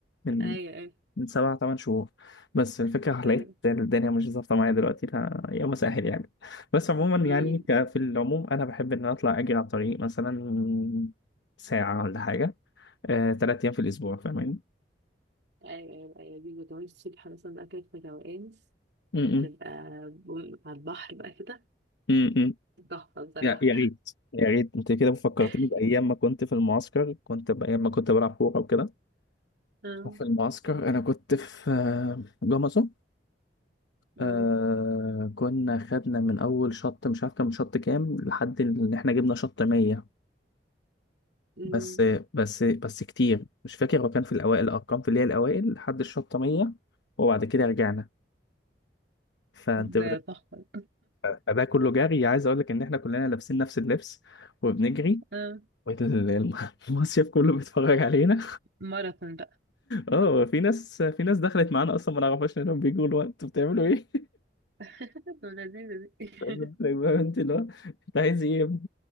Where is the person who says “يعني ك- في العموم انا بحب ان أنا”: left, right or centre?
Left